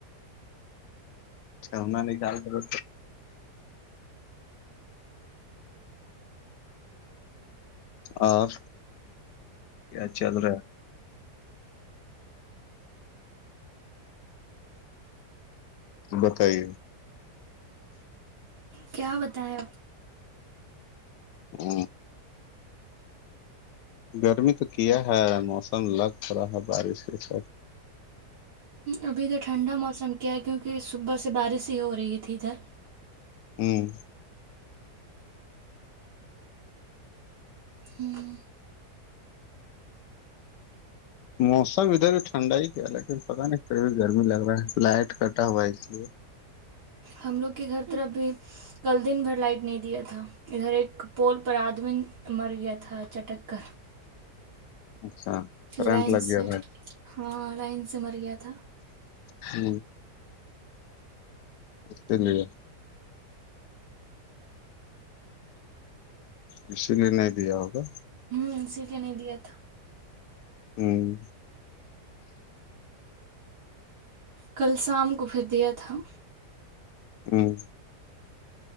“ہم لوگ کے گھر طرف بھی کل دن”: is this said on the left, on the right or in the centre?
Right